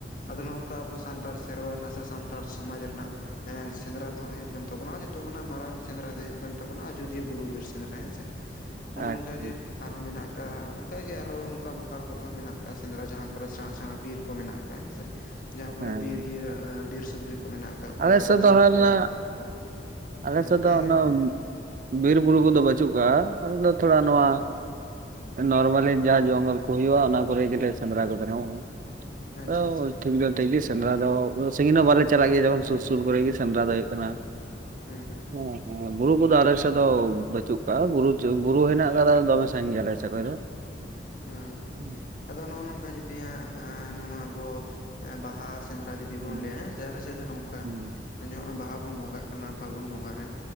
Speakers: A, on the left; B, on the right.
A: ᱟᱫᱚ ᱱᱚᱜ ᱱᱚᱝᱠᱟ ᱟᱵᱚ ᱥᱟᱱ ᱛᱟᱲ ᱥᱮᱨᱣᱟ ᱨᱮᱱᱟᱜ ᱥᱮ ᱥᱟᱱᱛᱟᱲ ᱥᱚᱢᱟᱡᱽ ᱨᱮᱱᱟᱜ ᱸ ᱥᱮᱸᱫᱽᱨᱟ ᱫᱚ ᱦ ᱦᱩᱭᱩᱜ ᱠᱟᱱ ᱛᱟᱵᱚᱱᱟ ᱡᱚᱛᱚ ᱠᱷᱚᱱᱟᱜ ᱢᱟᱨᱟᱝ ᱥᱮᱸᱫᱽᱨᱟ ᱫᱚ ᱦᱩᱭᱩᱜ ᱠᱟᱱ ᱛᱟᱵᱚᱱᱟ ᱟᱡᱚᱫᱤᱭᱟᱹ ᱵᱩᱨᱩ ᱵᱤᱨ ᱥᱮᱸᱫᱽᱨᱟ ᱦᱮᱸ ᱥᱮ ᱾ ᱦᱚᱸᱜᱼᱚ
B: ᱟᱪᱪᱷᱟ
A: ᱱᱚᱝᱠᱟ ᱜᱮ, ᱟᱨ ᱦᱚᱸ ᱢᱮᱱᱟᱜ ᱠᱟᱜ ᱚᱱᱠᱟ ᱜᱮ ᱟᱨ ᱦᱚᱸ ᱱᱚᱝᱠᱟ ᱞᱳᱠᱟᱞ ᱠᱚᱨᱮ ᱦᱚᱸ ᱢᱮᱱᱟᱜ ᱠᱟᱜ ᱥᱮ ᱥᱮᱸᱫᱽᱨᱟ ᱡᱟᱦᱟᱸ ᱠᱚᱨᱮ ᱥᱮᱬᱟ ᱥᱮᱬᱟ ᱵᱤᱨ ᱠᱚ ᱢᱮᱱᱟᱜ ᱟᱠᱟᱜ ᱦᱮᱸ ᱥᱮ ᱾ ᱡᱟᱦᱟᱸ ᱠᱚᱨᱮ
B: ᱦᱮᱸ
A: ᱵᱤᱨ ᱤᱭᱟᱹ ᱵᱤᱨ ᱥᱩᱠᱨᱤ ᱠᱚ ᱢᱮᱱᱟᱜ ᱟᱠᱟᱫ ᱠᱚᱣᱟ
B: ᱟᱞᱮ ᱥᱮᱫ
A: ᱡᱤᱞ
B: ᱫᱚ ᱦᱟᱱᱟ
A: ᱠᱚ ᱢᱮᱱᱟᱜ ᱠᱟᱜ ᱠᱚᱣᱟ,
B: ᱟᱞᱮ
A: ᱦᱮᱸ
B: ᱥᱮᱫ
A: ᱦᱮᱸ
B: ᱫᱚ ᱚᱱᱟ
A: ᱦᱮᱸ
B: ᱵᱤᱨ ᱵᱩᱨᱩ ᱠᱚᱫᱚ ᱵᱟᱹᱪᱩᱜ ᱠᱟᱜᱼᱟ, ᱟᱞᱮ ᱛᱷᱚᱲᱟ ᱱᱚᱣᱟ ᱱᱚᱨᱢᱟᱞᱤ ᱡᱟ ᱡᱚᱝᱜᱚᱞ ᱠᱚ ᱦᱩᱭᱩᱜᱼᱟ, ᱚᱱᱟ ᱠᱚᱨᱮ ᱜᱮᱞᱮ ᱥᱮᱸᱫᱽᱨᱟ ᱠᱚ <inaudible>
A: ᱟᱪᱪᱷᱟ ᱟᱪᱪᱷᱟ
B: ᱴᱷᱤᱠ ᱜᱮᱭᱟ ᱴᱷᱤᱠ ᱜᱮ ᱥᱮᱸᱫᱽᱨᱟ ᱫᱚ, ᱥᱟᱺᱜᱤᱧ ᱦᱚᱸ ᱵᱟᱞᱮ ᱪᱟᱞᱟᱜ ᱜᱮᱭᱟ ᱡᱮᱢᱚᱱ ᱥᱩᱨ ᱥᱩᱨ ᱠᱚᱨᱮᱜ ᱜᱮ ᱥᱮᱸᱫᱽᱨᱟ ᱫᱚ ᱦᱩᱭᱩᱜ ᱠᱟᱱᱟ ᱾
A: ᱦᱮᱸ ᱦᱩᱸ ᱾
B: <unintelligible> ᱵᱩᱨᱩ ᱠᱚᱫᱚ ᱟᱞᱮ ᱥᱮᱫ ᱫᱚ ᱵᱟᱹᱪᱩᱜ ᱠᱟᱜᱼᱟ, ᱵᱩᱨᱩ ᱵᱩᱨᱩ ᱦᱮᱱᱟᱜ ᱟᱠᱟᱫᱟ ᱫᱚᱢᱮ ᱥᱟᱺᱜᱤᱧ ᱜᱮᱭᱟ ᱞᱮ ᱟᱞᱮ ᱥᱮᱫ ᱠᱷᱚᱱ ᱫᱚ
A: <inaudible> ᱦᱳᱭ
B: ᱦᱩᱸ ᱾
A: ᱟᱫᱚ ᱱᱚᱜᱼᱚ ᱱᱚᱝᱠᱟ ᱡᱩᱫᱤ ᱦᱟᱸᱜ ᱱᱚᱣᱟ ᱟᱵᱚ ᱵᱟᱦᱟ ᱥᱮᱸᱫᱽᱨᱟ ᱟ ᱡᱩᱫᱤ ᱵᱚᱱ
B: ᱦᱩᱸ
A: ᱞᱟᱹᱭᱟ ᱦᱮᱸ ᱥᱮ ᱟᱞᱮ ᱥᱮᱫ ᱫᱚ ᱱᱚᱝᱠᱟ
B: ᱦᱩᱸ
A: ᱱᱚᱜ ᱵᱟᱦᱟ ᱵᱚᱱ ᱵᱚᱸᱜᱟᱜ ᱠᱟᱱᱟ, ᱯᱷᱟᱹᱜᱩᱱ ᱵᱚᱸᱜᱟ ᱨᱮ